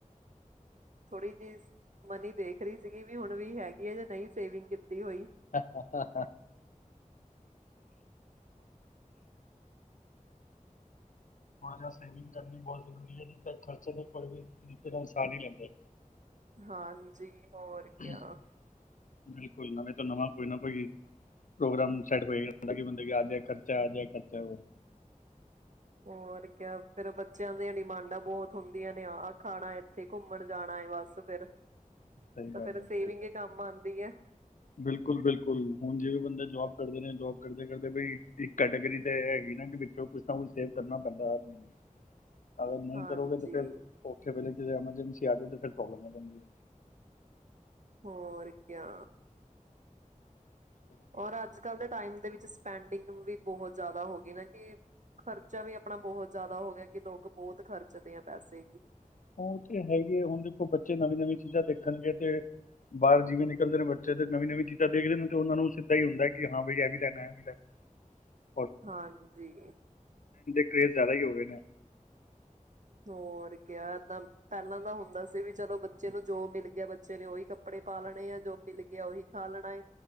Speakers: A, on the right (about 65°); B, on the left (about 70°).
A: ਥੋੜੀ ਜਿ ਮਨੀ ਦੇਖ ਰਹੀ ਸੀਗੀ ਵੀ ਹੁਣ ਵੀ ਹੈਗੀ ਆ ਜਾਂ ਨਹੀਂ ਸੇਵਿੰਗ ਕੀਤੀ
B: <unintelligible>
A: ਹੋਈ
B: ਬਹੁਤੂ ਹਣ ਜਾ ਸਵੀਮਿੰਗ ਕਰਨੀ ਬਹੁਤ ਜ਼ਰੂਰੀ ਹੈ ਜ ਖਰਚੇ ਦੇ ਕੋਈ ਵੀ ਤਰੀਕੇ ਦਾ ਇਨਸਾਨ ਹੀ ਲੈਂਦਾ
A: ਹਾਂਜੀ ਹੋਰ ਕਿਆ
B: ਬਿਲਕੁਲ ਨਵੇੈਂ ਨਵਾਂ ਕੋਈ ਨਾ ਕੋਈ ਪ੍ਰੋਗਰਾਮ ਸੈਟ ਹੋਏਦਾ ਕਿ ਬੰਦੇ ਆਜ ਖਰਚਾ ਆ ਜਾ ਖਰਚਾ
A: ਹੋਰ ਕਿਆ ਫਿਰ ਬੱਚਿਆਂ ਦੀਆਂ ਡਿਮਾਂਡਾਂ ਬਹੁਤ ਹੁੰਦੀਆਂ ਨੇ ਆਹ ਖਾਣਾ ਇੱਥੇ ਘੁੰਮਣ ਜਾਣਾ ਹੈ ਬਸ ਫਿਰ
B: ਸਹੀ
A: ਤਾਂ
B: ਗੱਲ
A: ਫਿਰ
B: ਹੈ ਸਹੀ
A: ਸੇਵਿੰਗ
B: ਗੱਲ
A: ਹੀ ਕੰਮ ਆਉਂਦੀ ਹੈ
B: ਬਿਲਕੁਲ ਬਿਲਕੁਲ ਹੁਣ ਜਿਵੇਂ ਬੰਦਾ ਜੋਬ ਕਰਦੇ ਨੇ ਜੋਬ ਕਰਦੇ ਕਰਦੇ ਬ ਇੱਕ ਕੈਟੇਗਰੀ ਤਾਂ ਹੈਗੀ ਨਾ ਵਿੱਚੋਂ ਕੁਛ ਨਾ ਕੁਛ ਸੇਵ ਕਰਨਾ ਪੈਂਦਾ ਹਰ ਮਹੀਨੇ ਅਗਰ ਨਹੀਂ
A: ਹਾਂਜੀ
B: ਕਰੋਗੇ ਤਾਂ ਫਿਰ ਔਥੇ ਵਜ ਜ ਐਮਰਜੈਂਸੀ ਆ ਜਾਵੇ ਫਿਰੋਬਲਮ ਆ ਜਾਂਦੀ ਹੈ
A: ਹੋਰ ਕਿਆ
B: ਹੈ।
A: ਔਰ ਅੱਜ ਕੱਲ੍ਹ ਦੇ ਟਾਈਮ ਦੇ ਵਿੱਚ ਪੈਂਡਿੰਗ ਵੀ ਬਹੁਤ ਜ਼ਿਆਦਾ ਹੋ ਗਈ ਨਾ ਕਿ ਖਰਚਾ ਵੀ ਆਪਣਾ ਬਹੁਤ ਜ਼ਿਆਦਾ ਹੋ ਗਿਆ ਕਿ ਲੋਕ ਬਹੁਤ ਖਰਚਦੇ ਆ ਪੈਸੇ ਵੀ
B: ਉਹ ਤੇ ਹੈਗੇ ਹੈ ਹੁਣ ਦੇਖੋ ਬੱਚੇ ਨਵੀਂ ਨਵੀਂ ਚੀਜ਼ਾਂ ਦੇਖਣਗੇ ਤੇ ਬਾਹਰ ਜਿਵੇਂ ਨਿਕਲਦੇ ਨੇ ਬੱਚੇ ਤੇ ਨਵੀਂ ਨਵੀਂ ਚੀਜ਼ਾਂ ਦੇਖਦੇ ਨੇ ਤੇ ਉਹਨਾਂ ਨੂੰ ਸਿੱਧਾ ਹੀ ਹੁੰਦਾ ਕਿ ਹਾਂ ਬਈ ਇਹ ਵੀ ਲੈਣਾ ਇਹ ਵੀ ਲੈਣਾ ਔਰ
A: <unintelligible> ਹਾਂਜੀ
B: <unintelligible> ਕਰੇਜ਼ ਜ਼ਿਆਦਾ ਹੀ ਹੋ ਗਏ ਨੇ
A: ਹੋਰ ਕ ਏਦਾਂ ਪਹਿਲਾਂ ਤਾਂ ਹੁੰਦਾ ਸੀ ਵੀ ਚਲੋ ਬੱਚੇ ਨੂੰ ਜੋ ਮਿਲ ਗਿਆ ਬੱਚੇ ਨੇ ਉਹੀ ਕੱਪੜੇ ਪਾ ਲੈਣੇ ਆ ਜੋ ਮਿਲ ਗਿਆ ਉਹੀ <inaudible> ਖਾਲਣਾ